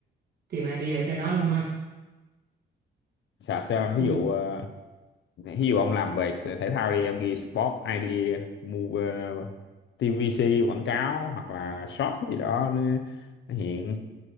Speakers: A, on the right; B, on the left.
A: tìm ID ở trên đó luôn ha
B: search cho
A: ừ,
B: ví dụ ờ, ví dụ ông làm về thể thao đi em ghi Sport ID Move uh, TVC quảng cáo hoặc là short gì đó nó, nó hiện